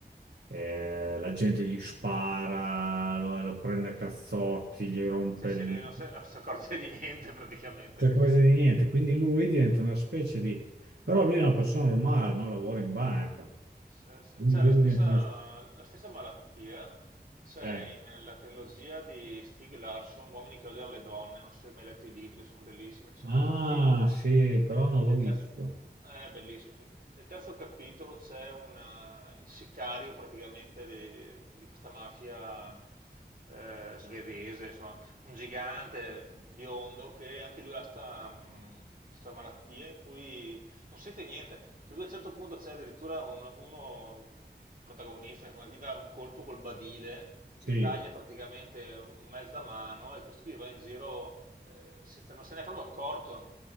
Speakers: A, on the right; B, on the right.
A: Eh, la gente gli spara, lo, lo prende a cazzotti, gli rompe
B: cioè, se
A: il
B: lui non, se- non si accorge di niente praticamente.
A: cioè cose di niente. Quindi lui diventa una specie di... Però lui è una persona normale, no? Lavora in banca.
B: Sì, sì.
A: Quindi
B: C'è
A: lui
B: la stessa,
A: diventa una...
B: la stessa malattia, c'è
A: eh.
B: in- nella trilogia di Stieg Larsson, Uomini che odiano le donne, non so se hai mai letto i libri, sono bellissimi, ci sono
A: Ah,
B: anche i film.
A: sì, però non l'ho
B: Nel
A: visto.
B: terzo, è bellissimo, sì. Nel terzo capitolo c'è una- il sicario praticamente di, di questa mafia eh, svedese, insomma, un gigante biondo che anche lui ha sta, mh, sta malattia in cui non sente niente. Per cui a un certo punto c'è addirittura un- uno protagonista, insomma, gli dà un colpo col badile,
A: Sì,
B: gli taglia praticamente un- mezza mano e questo qui va in giro eh, senza- non se n'è proprio accorto.